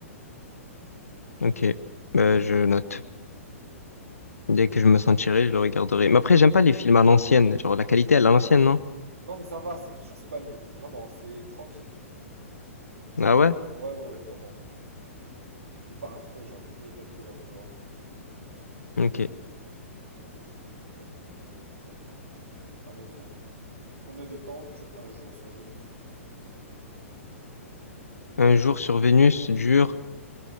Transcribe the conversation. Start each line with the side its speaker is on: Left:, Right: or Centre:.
Left: Ok. Bah, je note. Dès que je me sentirai, je le regarderai. Mais après, j'aime pas les films à l'ancienne. Genre, la qualité à l'ancienne, non?
Right: Non, mais ça va, c'est sûr, c'est pas nul. Vraiment, c'est tranquille.
Left: Ah ouais?
Right: Ouais, ouais, ouais, vraiment. Il est pas affreux, genre Ketty, il est pas dégueulasse, tu vois.
Left: Ok.
Right: Ok, s'il te plaît. Euh, s'il te plaît, j'ai dit pourquoi. À mon tour. Combien de temps dure un jour sur Vénus?
Left: Un jour sur Vénus dure...
Right: Ouais.